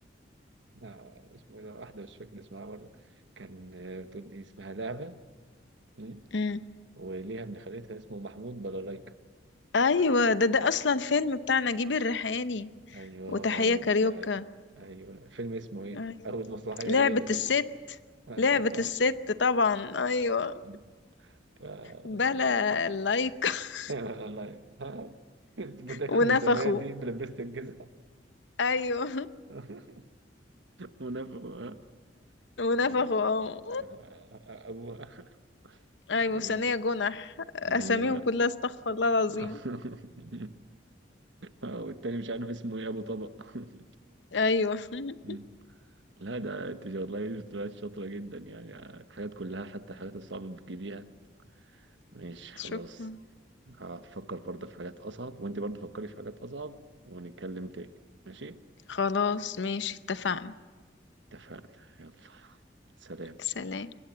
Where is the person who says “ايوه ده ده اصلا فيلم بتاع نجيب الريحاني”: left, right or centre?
Left